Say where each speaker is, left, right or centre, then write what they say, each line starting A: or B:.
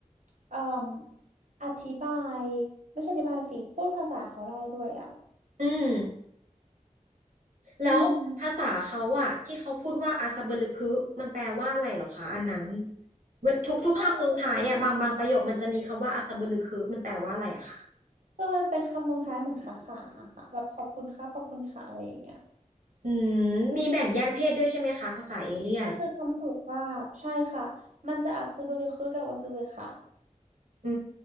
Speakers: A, on the right (about 70°); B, on the right (about 85°).
A: เอ่ออธิบายไม่ใช่อธิบายสิพูดภาษาเขาได้ด้วยอ่ะ
B: อืม แล้วภาษาเขาอะที่เขาพูดว่าอาซาเบลึคือมันแปลว่าอะไรเหรอคะอันนั้น
A: อืม
B: เวทุกทุกคำลงท้ายอะบางบางประโยคมันจะมีคำว่าอาซาเบลึคือมันแปลว่าอะไรอะคะ
A: ถ้าคือมันเป็นคำลงท้ายเหมือนขาขาค่ะแบบขอบคุณครับขอบคุณค่ะอะไรอย่างเงี้ย
B: อืมมีแบ่งแยกเพศด้วยใช่ไหมคะภาษาเอเลี่ยน
A: ก็คือคำสุภาพใช่ค่ะ มันจะอับซึบุลือคือกับวาซึบุลือค่ะ
B: อื